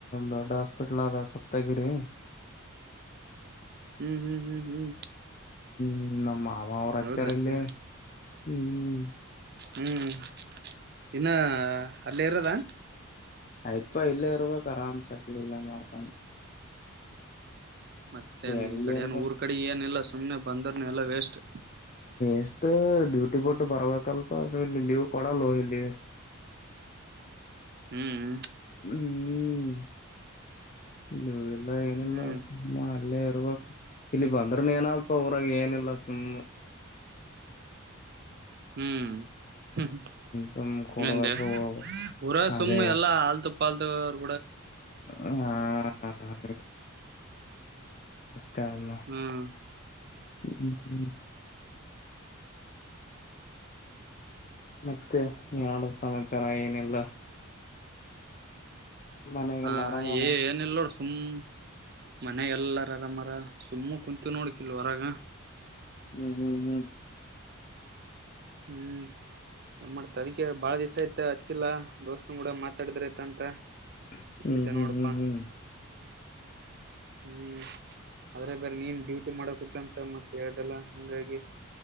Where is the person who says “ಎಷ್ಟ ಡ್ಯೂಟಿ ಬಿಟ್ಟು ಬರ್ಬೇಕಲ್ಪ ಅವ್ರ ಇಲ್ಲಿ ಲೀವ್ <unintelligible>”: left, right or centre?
Left